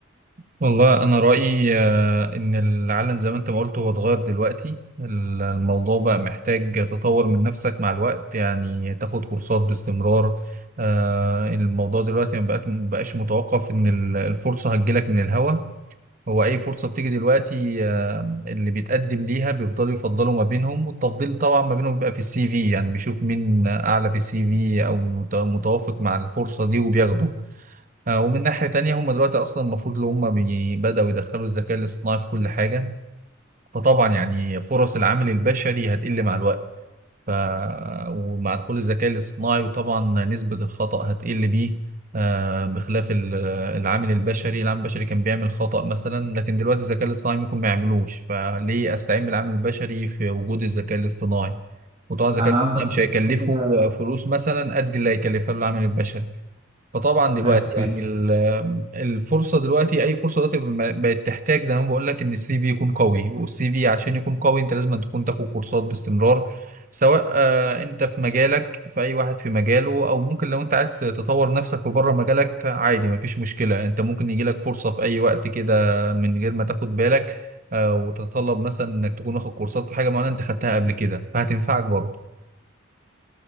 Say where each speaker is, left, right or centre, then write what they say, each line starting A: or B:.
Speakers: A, on the right (about 45°); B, on the right (about 30°).
A: والله أنا رأيي آه، إن العالم زي ما أنت ما قلت هو اتغير دلوقتي ال- الموضوع بقى محتاج تطور من نفسك مع الوقت يعني تاخد كورسات باستمرار آه، الموضوع دلوقتي ما بقت- ما بقاش متوقف إن ال- الفرصة هتجيلك من الهوا هو أي فرصة بتيجي دلوقتي آه، اللي بيتقدم ليها بيفضلوا يفضلوا ما بينهم والتفضيل طبعا ما بينهم بيبقى في السي في يعني بيشوف مين أعلى في السي في أو مت- متوافق مع الفرصة دي وبياخده آه، ومن ناحية تانية هم دلوقتي أصلا المفروض اللي هم بي- بدأوا يدخلوا الذكاء الاصطناعي في كل حاجة فطبعا يعني فرص العامل البشري هتقل مع الوقت ف... ومع دخول الذكاء الاصطناعي وطبعا نسبة الخطأ هتقل بيه آه، بخلاف ال- العامل البشري العامل البشري كان بيعمل خطأ مثلا لكن دلوقتي الذكاء الاصطناعي ممكن ما يعملوش فليه أستعين بالعامل البشري في وجود الذكاء الاصطناعي وطبعا الذكاء
B: يعني
A: الاصطناعي
B: قصدك
A: مش هيكلفه
B: كده
A: فلوس مثلا قد اللي هيكلفها له العامل البشري فطبعا دلوقتي
B: أيوه صحيح
A: يعني ال- الفرصه دلوقتي اي فرصه دلوقتي ب- بقت تحتاج زي ما بقول لك ان السي في يكون قوي والسي في عشان يكون قوي انت لازم تكون تاخد كورسات باستمرار سواء آه، انت في مجالك في اي واحد في مجاله او ممكن لو انت عايز تطور نفسك في بره مجالك عادي مفيش مشكله انت ممكن يجيلك فرصه في اي وقت كده من غير ما تاخد بالك آه، وتتطلب مثلا انك تكون واخد كورسات في حاجه معينه انت خدتها قبل كده فهتنفعك برضه